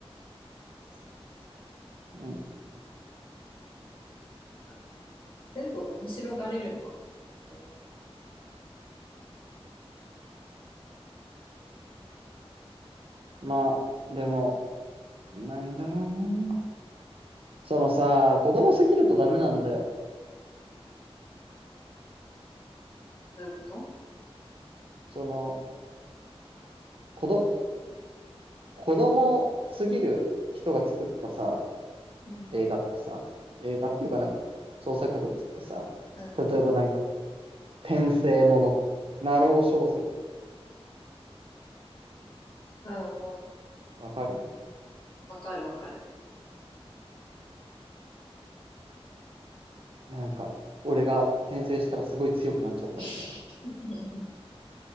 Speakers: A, on the left; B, on the right.
A: 確かに、確かに。
B: うん。
A: なんか、全部面白がれるのかもね、本当は。
B: まあ、でも、なんだろうね。そのさ、子供すぎるとダメなんだよ。
A: どういうこと
B: その、子ど、子供すぎる人が作ったさ、
A: うん、
B: 映画ってさ、映画っていうかなんか創作物ってさ、
A: うん、
B: 例えばなんか転生ものとか、ナロー小説とか
A: うん、うん。
B: わかる
A: うんわかるわかる。
B: なんか俺が転生したらすごい強くなっちゃったみたいな。
A: <laughs>